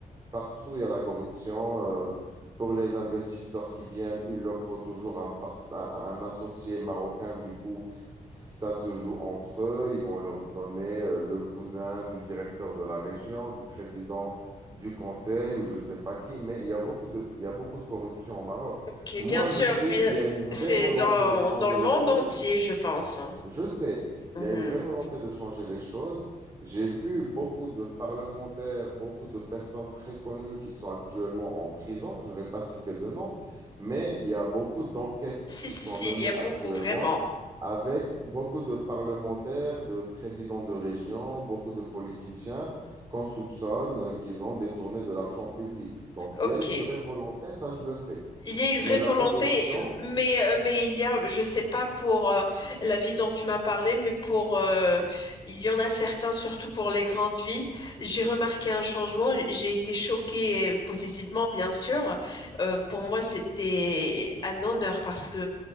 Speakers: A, on the right; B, on the left.
A: Partout, il y a la corruption. euh, pour les investisseurs qui viennent, il leur faut toujours un, part- un, un associé marocain. Du coup, ça se joue entre eux. Ils vont leur donner euh, le cousin du directeur de la région, du président du conseil ou je sais pas qui. Mais il y a beaucoup de, il y a beaucoup de corruption au Maroc.
B: Qui,
A: Moi,
B: bien sûr,
A: je sais
B: bien,
A: qu'il y a une vraie
B: c'est
A: volonté
B: dans,
A: de changer
B: dans le monde
A: les choses.
B: entier, je pense. hein.
A: Je sais,
B: Mhm.
A: il y a une vraie volonté de changer les choses. J'ai vu beaucoup de parlementaires, beaucoup de personnes très connues qui sont actuellement en prison. Je ne vais pas citer de nom, mais il y a beaucoup d'enquêtes
B: Si,
A: qui
B: si,
A: sont
B: si,
A: menées
B: il y a beaucoup,
A: actuellement
B: vraiment.
A: avec beaucoup de parlementaires, de présidents de région, beaucoup de politiciens qu'on soupçonne euh, qu'ils ont détourné de l'argent public. Donc,
B: Ok.
A: il y a une vraie volonté, ça je le sais.
B: Il y a une
A: Mais
B: vraie
A: la
B: volonté,
A: corruption,
B: mais, euh, mais il y a, je sais pas pour euh, la ville dont tu m'as parlé, mais pour, euh, il y en a certains, surtout pour les grandes villes. J'ai remarqué un changement. J'ai été choquée euh, positivement, bien sûr. Euh, pour moi, c'était un honneur parce que